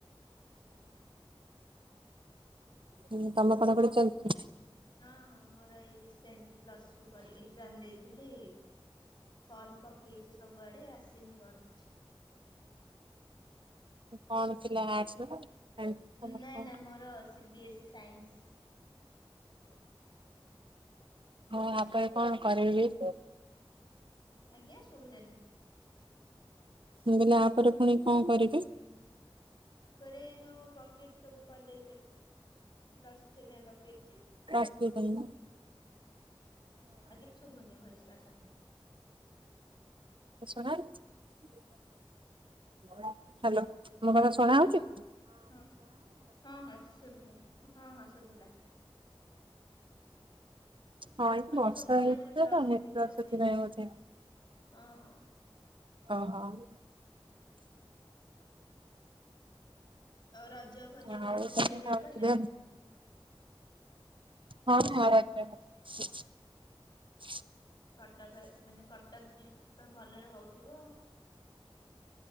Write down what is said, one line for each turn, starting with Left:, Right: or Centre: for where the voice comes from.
Left: ଆଚ୍ଛା-ଆଚ୍ଛା।
Right: ହୁଁ ତମ ପଢ଼ାପଢି ଚାଲିଚି?
Left: ହଁ-ହଁ ମୋର ଏଇ ରିସେଣ୍ଟ ପ୍ଲସ୍ ଟୁ ପର୍ ଏକ୍ଜାମ୍ ଦେଇଥିଲି। ଫର୍ମ ପକେଇଛି ସବୁଆଡ଼େ ଆସିନି କୁଆଡ଼ୁ କିଛି।
Right: କଣ ଥିଲା ଆର୍ଟସ? ସାଇନ୍ସ କମର୍ସ
Left: ନାଁ
Right: କଣ
Left: ନାଁ ମୋର C B S E science.
Right: ହଁ ଆ ପରେ କଣ କରିବେ କୁହ?
Left: ଆଜ୍ଞା ଶୁଭିଲାନି?
Right: ମୁଁ କହିଲି ଆ ପରେ ପୁଣି କଣ କରିବେ?
Left: ଆ ପରେ ଯୋଉ ପକେଇଛି ସବୁ କଲେଜରେ ପ୍ଲସ୍ ଥ୍ରୀ ପାଇଁ ପକେଇଛି।
Right: ପ୍ଲସ ଥ୍ରୀ ପାଇଁ ନା।
Left: ଆଜ୍ଞା ଶୁଭୁନି, ଭଏସ୍ ଟା ଆସୁନି।
Right: ଶୁଣା <inaudible> ହ୍ୟାଲୋ। ମୋ କଥା ଶୁଣାଯାଉଛି?
Left: ହଁ, ହଁ-ହଁ ଶୁଭିଲା, ହଁ-ହଁ ଶୁଭିଲା।
Right: ହଁ
Left: ମୁଁ
Right: ଏଠି
Left: କହିଲି
Right: ବର୍ଷା
Left: ସବୁ କଲେଜରେ
Right: ହେଇଥିଲା
Left: ପ୍ଲସ୍
Right: ତ ନେଟୱାର୍କ
Left: ଥ୍ରୀ ପାଇଁ ପକେଇଛି
Right: ସେଥିପାଇଁ ହଉଛି
Left: ହଁ ହଁ।
Right: ଓହୋଃ।
Left: ଆଉ ରଜ ଫଜ
Right: ହଉ
Left: ଭଲରେ ସେଲିବ୍ରେଟ
Right: ତାହେଲେ
Left: କଲେ?
Right: <unintelligible> ହଁ ହଁ <unintelligible>
Left: କଟକ ଆସ୍ ମାନେ କଟକରେ ତ ଭଲରେ ହଉଥିବ।